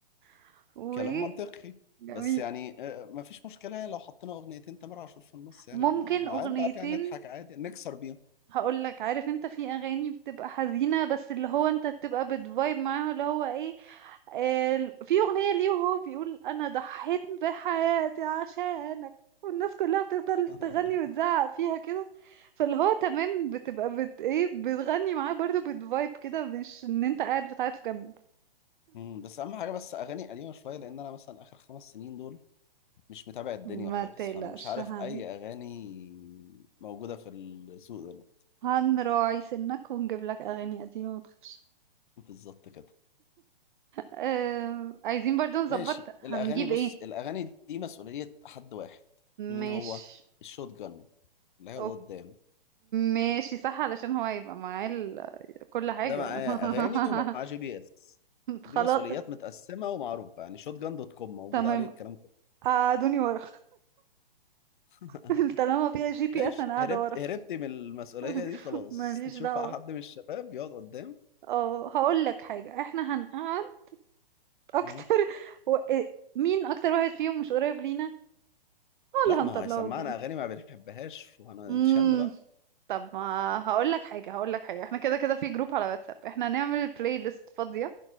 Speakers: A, on the right (about 55°); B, on the left (about 55°).
A: <laughs>
B: كلام
A: و
B: منطقي
A: جميل
B: بس يعني آه، مفيش مشكلة يعني لو حطينا أغنيتين تامر عاشور في النص يعني
A: ممكن
B: ن- نعيب
A: اغنيتين
B: بقى كده نضحك عادي نكسر بيهم
A: هقول لك عارف انت في اغاني بتبقى حزينه بس اللي هو انت بتبقى بتفايب معاها اللي هو ايه آه في اغنيه ليه وهو بيقول انا ضحيت بحياتي عشانك والناس كلها بتفضل
B: <laughs>
A: تغني وتزعق فيها كده فاللي هو تمام بتبقى بت ايه بتغني معاه برضو بتفايب كده مش ان انت قاعد بتعيط في جنب
B: مم، بس أهم حاجة بس أغاني قديمة شوية لأن أنا مثلا آخر خمس سنين دول مش متابع الدنيا
A: ما
B: خالص
A: تقلقش
B: فأنا مش عارف
A: هن
B: أي أغاني موجودة في السوق دلوقتي
A: هنراعي سنك ونجيب لك اغاني قديمه ما تخافش
B: بالظبط كده
A: آه، عايزين برضو نظبط
B: ماشي الاغاني
A: هنجيب
B: بص
A: ايه
B: الاغاني دي مسؤوليه حد واحد مين
A: ماشي
B: هو الشوت جن اللي هيقعد
A: أوك-
B: قدام
A: ماشي صح علشان هو هيبقى معاه ال- كل حاجة
B: ده معاه
A: <laughs>
B: اغاني ومعاه جي بي اس
A: خلاص
B: دي مسؤوليات متقسمه ومعروفه يعني شوت جن دوت كوم موجود
A: تمام
B: عليه الكلام كله
A: قعدوني ورا
B: <laughs>
A: <laughs> طالما فيها جي بي
B: ماشي
A: اس انا قاعدة
B: هربت
A: ورا
B: هربت من المسؤوليه
A: <laughs>
B: دي خلاص
A: ماليش
B: <laughs> نشوف
A: دعوة
B: بقى حد من الشباب يقعد قدام
A: اه هقول لك حاجة احنا هنقعد اكتر
B: مم.
A: <laughs> و... إيه، مين اكتر واحد فيهم مش قريب لينا هو
B: لا
A: اللي
B: ما
A: هنطلعه
B: هو هيسمعنا
A: قدام
B: اغاني ما بنحبهاش وهنتشل
A: امم
B: بقى
A: طب ما هقول لك حاجة هقول لك حاجة احنا كده كده في جروب على واتساب احنا هنعمل بلاي ليست فاضية